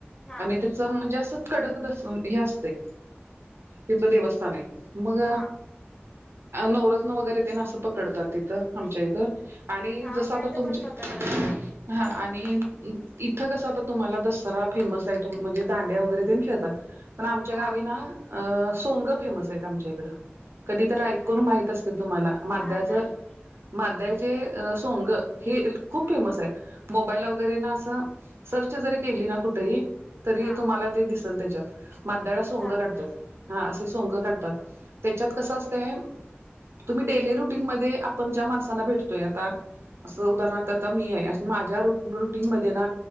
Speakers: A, on the left; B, on the right.
A: हा
B: आणि म्हणजे असं कडक दस हे असते तिथलं देवस्थाान मग
A: हा
B: नवरत्न वगैरे ते ना असं पकडतात तिथं आमच्या इथं. आणि
A: हा
B: जस
A: आमच्या
B: आता
A: इथं
B: तुमच्या
A: पण पकडतात
B: हा आणि इथं कस आता तुम्हाला दसरा फेमस आहे त म्हणजे दांड्या वगैरे देन खेळतात पण आमच्या
A: हा
B: गावी ना अ सोंग फेमस आहेत आमच्या इकडं. कधीतरी
A: म्हणजे
B: ऐकून माहित असतील तुम्हाला माद्याच
A: नाही नाही
B: माद्याचे सोंग हे खूप
A: हा
B: फेमस आहे मोबाईल वगैरे ना असं सर्च जरी केली ना कुठेही तरी
A: हा
B: तुम्हाला ते दिसेल त्याच्यात मद्याळा सोंग
A: चालतंय
B: काढतात हा असे सोंग काढतात. त्याच्यात कसं असतंय तुम्ही डेली रुटीन मध्ये आपण ज्या माणसांना भेटतोय आता असं उदाहरणारथ आता मी आहे माझ्या रुटीनमध्ये ना